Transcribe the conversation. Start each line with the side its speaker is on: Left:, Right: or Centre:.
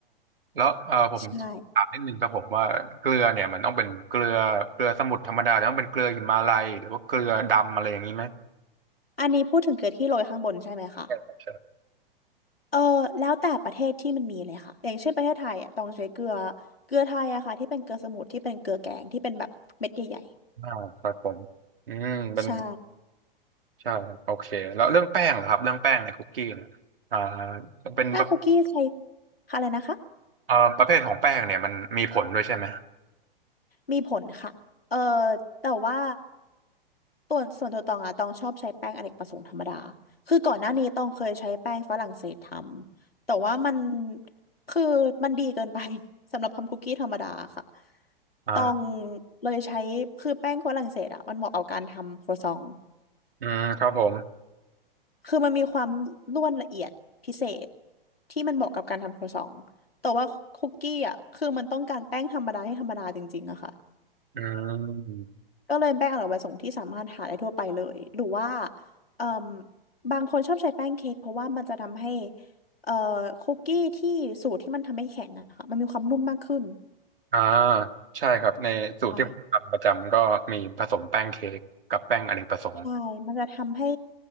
Right: แล้วเออผมถามนิดนึงครับผมว่าเกลือเนี่ยมันต้องเป็นเกลือเกลือสมุทรธรรมดาหรือต้องเป็นเกลือหิมาลัยหรือว่าเกลือดำอะไรอย่างนี้ไหม
Left: ใช่อันนี้พูดถึงเกลือที่โรยข้างบนใช่ไหมคะ
Right: ใช่ครับใช่
Left: เออแล้วแต่ประเทศที่มันมีเลยค่ะอย่างเช่นประเทศไทยอ่ะต้องใช้เกลือเกลือไทยอะค่ะที่เป็นเกลือสมุทรที่เป็นเกลือแกงที่เป็นแบบเม็ดใหญ่
Right: อ่าครับผมอืมเป็น
Left: ๆใช่
Right: ใช่ครับโอเคแล้วเรื่องแป้งเหรอครับเรื่องแป้งในคุกกี้เนี่ยอ่าเป็นประ
Left: ถ้าคุกกี้ใช้ค่ะอะไรนะคะ
Right: เอ่อประเภทของแป้งเนี่ยมันมีผลด้วยใช่ไหม
Left: มีผลค่ะเออแต่ว่าตัวส่วนตัวตองอะตองชอบใช้แป้งอเนกประสงค์ธรรมดาคือก่อนหน้านี้ตองเคยใช้แป้งฝรั่งเศสทำแต่ว่ามันคือมันดีเกินไป <laughs> สำหรับทำคุกกี้ธรรมดาค่ะ
Right: อ่า
Left: ตองเลยใช้คือแป้งฝรั่งเศสอะมันเหมาะกับการทำครัวซอง
Right: อืมครับผม
Left: คือมันมีความร่วนละเอียดพิเศษที่มันเหมาะกับการทำครัวซองแต่ว่าคุกกี้อ่ะคือมันต้องการแป้งธรรมดาให้ธรรมดาจริงๆอะค่ะ
Right: อืม
Left: ก็เลยแป้งอร่อยประสงค์ที่สามารถหาได้ทั่วไปเลยหรือว่าเอ่มบางคนชอบใช้แป้งเค้กเพราะว่ามันจะทำให้เอ่อคุกกี้ที่สูตรที่มันทำให้แข็งอะค่ะมันมีความนุ่มมากขึ้น
Right: อ่าใช่ครับในสูตรที่ผมทำประจำก็มีผสมแป้งเค้กกับแป้งอเนกประสงค์
Left: ใช่ใช่มันจะทำให้